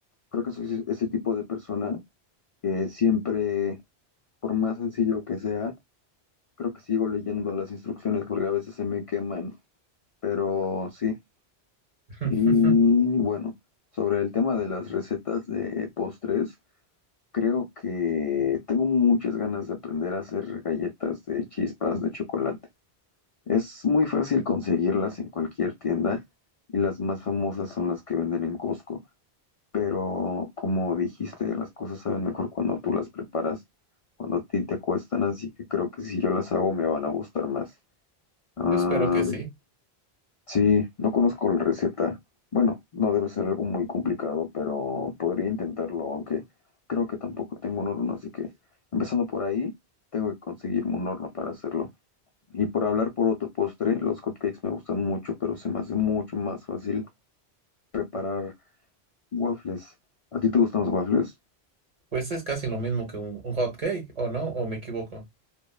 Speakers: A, on the left; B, on the right.
A: creo que soy ese ese tipo de persona que siempre, por más sencillo que sea, creo que sigo leyendo las instrucciones porque a veces se me queman. Pero sí.
B: <laughs>
A: Y bueno, sobre el tema de las recetas de postres, creo que tengo muchas ganas de aprender a hacer galletas de chispas de chocolate. Es muy fácil conseguirlas en cualquier tienda y las más famosas son las que venden en Costco. Pero como dijiste, las cosas saben mejor cuando tú las preparas, cuando a ti te cuestan, así que creo que si yo las hago me van a gustar más. Ah,
B: Yo espero que sí.
A: sí, no conozco la receta. Bueno, no debe ser algo muy complicado, pero podría intentarlo, aunque creo que tampoco tengo un horno, así que empezando por ahí, tengo que conseguirme un horno para hacerlo. Y por hablar por otro postre, los cupcakes me gustan mucho, pero se me hace mucho más fácil preparar waffles. ¿A ti te gustan los waffles?
B: Pues es casi lo mismo que un, un hot cake, ¿o no? ¿O me equivoco?